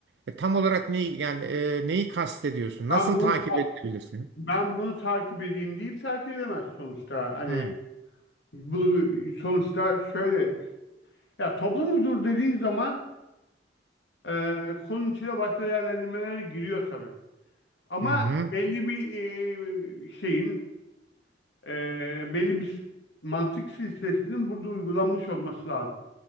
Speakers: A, on the right; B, on the left.
A: e, tam olarak neyi yani e, neyi kastediyorsun?
B: ben
A: Nasıl
B: bunu
A: takip edebilirsin?
B: ben bunu takip edeyim deyip takip edemez sonuçta. Hani
A: Hı
B: bu sonuçta şöyle ya toplum huzuru dediğin zaman e, konunun içine başka değerlendirmelere giriyor tabii. Ama
A: hı.
B: belli bir e, şeyin, e, belli bir mantık silsilesinin burada uygulanmış olması lazım.